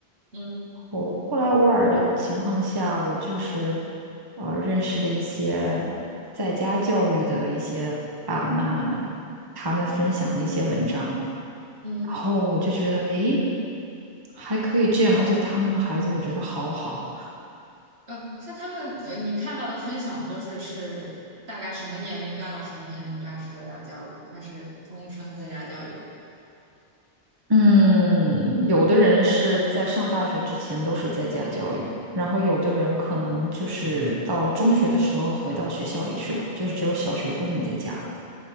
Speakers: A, on the right; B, on the right.
A: 嗯
B: 后后来偶尔的情况下，我就是呃认识了一些在家教育的一些爸爸妈妈们，他们分享的一些文章，
A: 嗯，
B: 然后我就觉得，诶，还可以这样，而且他们的孩子我觉得好好。
A: 呃，像他们呃，你看到的分享都是是大概什么年龄段到什么年龄段是在家教育，还是终身在家教育？
B: 嗯，有的人是在上大学之前都是在家教育，然后有的人可能就是到中学的时候回到学校里去了，就是只有小学部分在家。